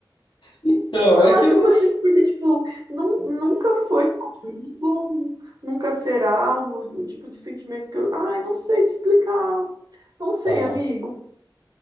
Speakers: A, on the left; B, on the right.
A: Então,
B: Eu
A: é que
B: acho
A: eu
B: que
A: não.
B: é por isso, porque tipo, nun- nunca foi comigo, nunca será o, o tipo de sentimento que eu, ai, não sei te explicar, não sei,
A: Tá.
B: amigo.